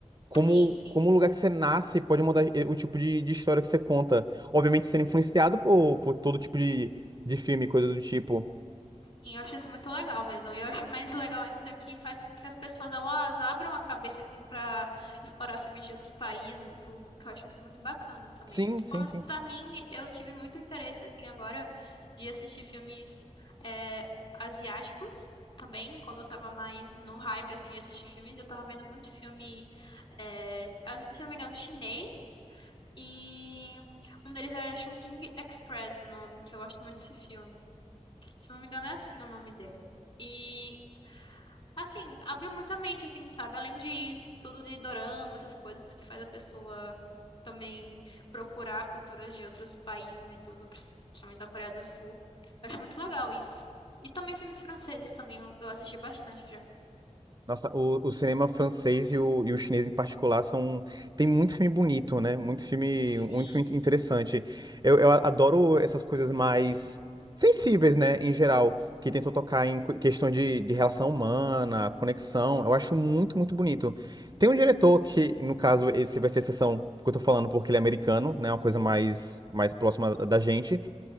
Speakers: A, on the right; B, on the left.
A: Como,
B: Sim, sim.
A: como o lugar que você nasce pode mudar eh, o tipo de, de história que você conta. Obviamente sendo influenciado por, por todo tipo de, de filme, coisa do tipo.
B: Sim, eu acho isso muito legal mesmo. Eu acho mais legal ainda que faz com que as pessoas elas abram a cabeça assim para explorar filmes de outros países e tudo, que eu acho isso muito bacana também.
A: Sim, sim,
B: Pelo menos
A: sim.
B: para mim, eu tive muito interesse assim agora de assistir filmes é, asiáticos também. Quando eu tava mais no hype assim de assistir filmes, eu tava vendo muito filme, é, a- se não me engano, chinês. E um deles é Chungking Express, o nome, que eu gosto muito desse filme. Se não me engano, é assim o nome dele. E, assim, abriu muita mente, assim, sabe? Além de tudo de dorama, essas coisas que faz a pessoa também procurar culturas de outros países e tudo, principalmente da Coreia do Sul. Eu acho muito legal isso. E também filmes franceses também, eu, eu assisti bastante já.
A: Nossa, o, o cinema francês e o, e o chinês em particular são. Tem muito filme bonito, né? Muito filme,
B: Sim.
A: muito filme interessante. Eu, eu adoro essas coisas mais sensíveis, né? Em geral, que tentam tocar em cu- questão de, de relação humana, conexão. Eu acho muito, muito bonito. Tem um diretor
B: Uhum,
A: que, no caso, esse vai ser a exceção que eu tô falando, porque ele é americano, né? Uma coisa mais, mais próxima da gente